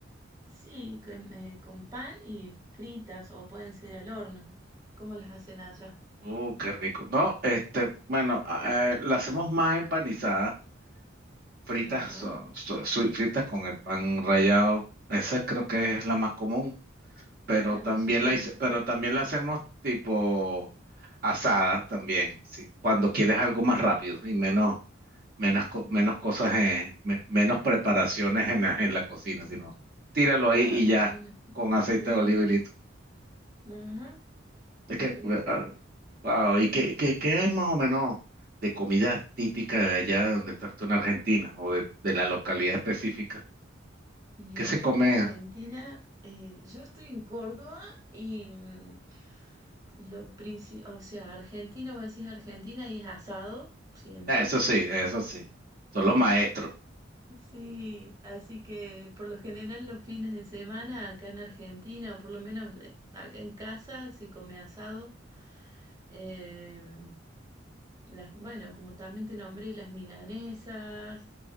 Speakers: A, on the right; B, on the right.
A: Sí, con, eh, con pan y fritas o pueden ser al horno. ¿Cómo las hacen allá?
B: Uh, qué rico. No, este, bueno, a- eh, la hacemos más empanizada, fritas,
A: Ajá.
B: son- so- so- fritas con el pan rallado. Esa creo que es la más común, pero
A: Claro,
B: también
A: sí.
B: la, hice- pero también la hacemos tipo asada también, ¿sí? Cuando quieres algo más rápido y menos, menos, co- menos cosas, eh, me- menos preparaciones en la, en la cocina, sino tíralo
A: Claro,
B: ahí y ya,
A: menos,
B: con
A: menos
B: aceite
A: lío.
B: de oliva y listo.
A: Ajá,
B: Es que, eh,
A: rico.
B: ah, wow, ¿y qué, qué, qué hay más o menos de comida típica de allá de donde estás tú en Argentina o de, de la localidad específica?
A: Y
B: ¿Qué
A: acá
B: se come?
A: en Argentina, eh, yo estoy en Córdoba y mm, lo principal, o sea, Argentina, vos decís Argentina y es asado, siempre.
B: Ah, eso sí, eso sí, son los maestros.
A: Sí, así que por lo general los fines de semana acá en Argentina, o por lo menos eh, acá en casa, se come asado. Em, Las, bueno, como también te nombré, las milanesas,